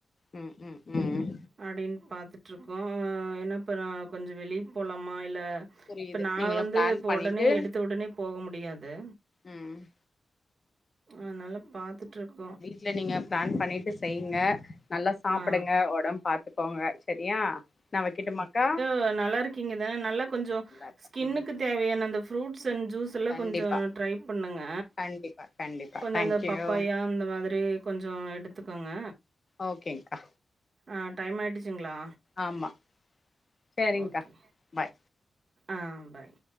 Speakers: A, on the left; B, on the right.
A: ம் ம் ம் ம்
B: அப்டின் பாத்துட்டு இருக்கோம் என் அப்பறோ கொஞ்சோ வெளிய போலாம இல்ல
A: புரியுது
B: இப்ப நான்
A: நீங்களு
B: வந்து
A: பிளான்
B: இப்ப
A: பண்ணிட்டு
B: ஒடனே எடுத்த உடனே போக முடியாது
A: ம்
B: அத்னாலா பாத்துட்டிருக்கோ
A: இல்ல நீங்க பிளான் பண்ணிட்டு செய்யுங்க நல்லா சாப்புடுங்க
B: ஆ
A: ஒடம் பாத்துக்கோங்க செரியா நா வெக்கிட்டுமாக்கா
B: இப்ப நல்லா இருக் கிங்க தானே நல்லா கொஞ்சோ
A: இருக்கு
B: ஸ்கின்னுக்கு
A: ம்
B: தேவையான அந்த ரூட்ஸ் அண்ட் ஜூஸ் அதெல்லா
A: கண்டிப்பா
B: கொஞ்சோ ட்ரை பண்ணுங்க
A: கண்டிப்பா கண்டிப்பா
B: கொஞ்சோ
A: தேங்க்யூ
B: இந்த பப்பாயா இந்த மாதிரி கொஞ்சோ எடுத் துக்கோங்க
A: ஓகேங்கா
B: ஆ டைம் ஆயிடுச்சுங்ளா
A: ஆமா செரிங்க்கா
B: ஓகே
A: பாய்
B: ஆ பாய்